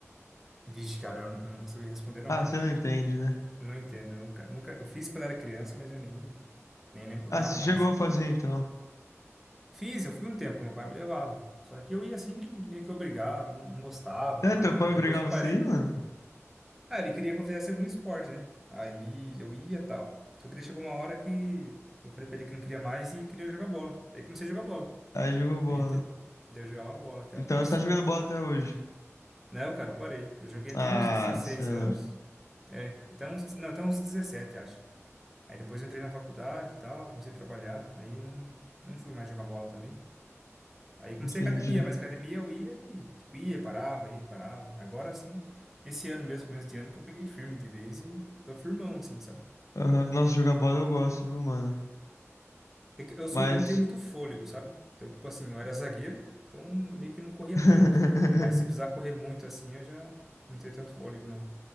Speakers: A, in the centre; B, on the left (about 80°).
A: Vixe, cara, eu, n- eu não vou saber responder, não.
B: Ah, você não entende, né?
A: Eu Não entendo. Eu nunca, nunca... Eu fiz quando era criança, mas eu nem, nem lembro
B: Ah,
A: nada
B: você
A: mais.
B: chegou a fazer então.
A: Fiz, eu fui um tempo, meu pai me levava. Só que eu ia assim, meio que obrigado, não não gostava,
B: É,
A: tal.
B: teu pai
A: Daí
B: obrigava
A: depois eu parei.
B: você aí, mano?
A: Ah, ele queria que eu fizesse algum esporte, né? Aí eu ia, tal. Só que daí chegou uma hora que eu falei pra ele que não queria mais e queria jogar bola. Daí comecei a jogar bola.
B: Aí jogou bola.
A: Aí entre- daí eu jogava bola até
B: Então
A: uns.
B: você tá jogando bola até hoje.
A: Não, cara, eu parei. Eu joguei
B: Ah,
A: até uns 16
B: senhor.
A: anos. É, até uns. Não, até uns 17 acho. Aí depois eu entrei na faculdade e tal, comecei a trabalhar. Aí não, não fui mais jogar bola também. Aí eu comecei
B: Entendi.
A: academia, mas academia eu ia e tipo, ia, parava, ia, parava. Agora sim, esse ano mesmo, começo de ano, que eu peguei firme de vez e tô firmão, assim, sabe?
B: Aham. Nossa, jogar bola eu gosto, viu, mano?
A: É que Eu sou,
B: Mas.
A: eu não tenho muito fôlego, sabe? Então, tipo assim, eu era zagueiro, então meio que não corria
B: <laughs>
A: tanto. Mas se precisar correr muito assim, eu já não tenho tanto fôlego, não.